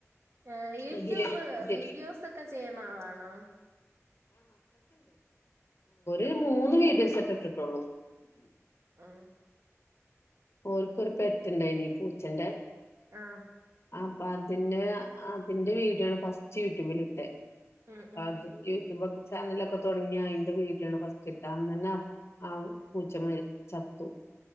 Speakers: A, on the right; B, on the left.
A: ഏ യൂട്യൂബ്
B: ഇതില്
A: വീഡിയോസൊക്കെ
B: ഇത്
A: ചെയ്യ്ണ ആളാണോ
B: ഒരു
A: ആഹ്
B: മൂന്ന് വീഡിയോസെറ്റെ ഇട്ടിട്ടൊള്ളൂ
A: ആ
B: ഓർക്ക് ഒരു പെറ്റ് ണ്ടായിനീ പൂച്ചന്റെ
A: ആ
B: അപ്പ അതിനെ അതിന്റെ വീഡിയോ ആണ് ഫസ്റ്റ് യൂട്യൂബിലിട്ടെ
A: ഉം
B: അപ്പ
A: ഉം
B: അത് ചാനലൊക്കെ തൊടങ്ങിയ അയിന്റെ വീഡിയോണ് ഫസ്റ്റ് ഇട്ടാ അന്നെനെ ആ പൂച്ചമരി ചത്തു